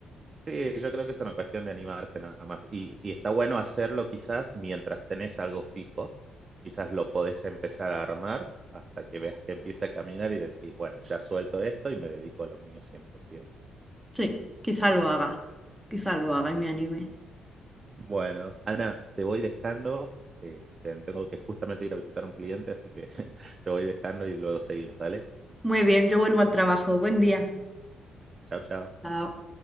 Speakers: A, on the right (about 35°); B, in the centre.
A: Sí, yo creo que es una cuestión de animarse nada más. Y, y está bueno hacerlo quizás mientras tenés algo fijo. Quizás lo podés empezar a armar hasta que veas que empieza a caminar y decís, bueno, ya suelto esto y me dedico a lo mío cien por ciento
B: Sí, quizá lo haga, quizá lo haga y me anime.
A: Bueno, Ana, te voy dejando. eh, te- tengo que justamente ir a visitar a un cliente, así que <laughs> te voy dejando y luego seguimos. Dale.
B: Muy bien, yo vuelvo al trabajo, buen día.
A: Chao, chao.
B: Chao.